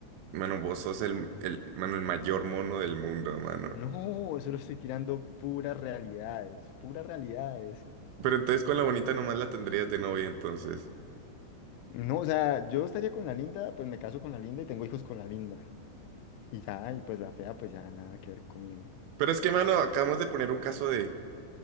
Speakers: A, on the right; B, on the left.
A: Mano, vos sos el, el, mano, el mayor mono del mundo, mano.
B: No, solo estoy tirando puras realidades, puras realidades.
A: Pero entonces con la bonita nomás la tendrías de novia, entonces.
B: No, o sea, yo estaría con la linda, pues me caso con la linda y tengo hijos con la linda. Y ya, y pues la fea, pues ya nada que ver conmigo.
A: Pero es que, mano, acabamos de poner un caso de...